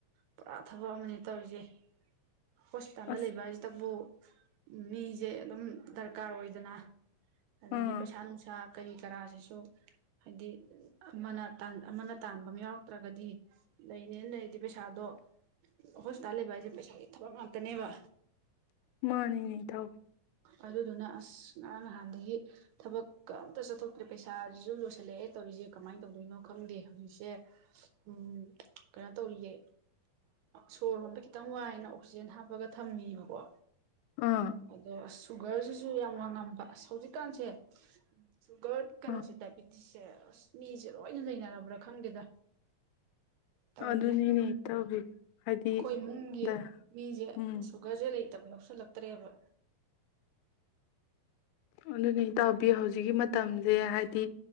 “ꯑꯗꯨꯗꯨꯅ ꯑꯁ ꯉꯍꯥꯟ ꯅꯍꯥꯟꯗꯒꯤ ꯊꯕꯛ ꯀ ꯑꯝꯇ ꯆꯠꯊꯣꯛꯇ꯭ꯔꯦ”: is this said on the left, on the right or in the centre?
Right